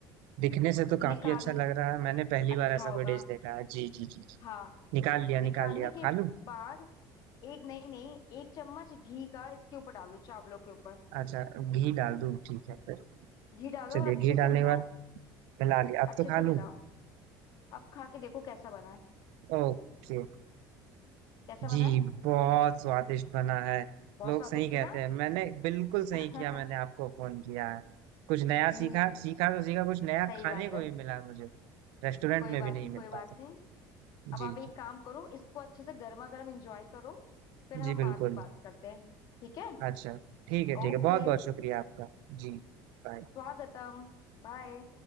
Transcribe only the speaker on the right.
दिखने से तो काफी
अच्छा लग रहा है मैंने पहली
बार ऐसा
कोई डिश देखा है जी जी जी
निकाल लिया
निकाल लिया
खा लूं
अच्छा घी डाल दूं ठीक है फिर
चलिए
घी
डालने
के बाद मिला लिया अब
तो
खा
लूं
ओके
जी
बहुत स्वादिष्ट बना है
लोग
सही कहते
हैं मैंने बिल्कुल सही
किया मैंने आपको फोन किया है कुछ नया
सीखा सीखा तो सीखा कुछ नया
खाने
को
भी मिला मुझे रेस्टोरेंट
में
भी नहीं
मिलता
था
जी
जी
बिल्कुल
अच्छा ठीक है ठीक
है बहुत बहुत शुक्रिया आपका जी बाय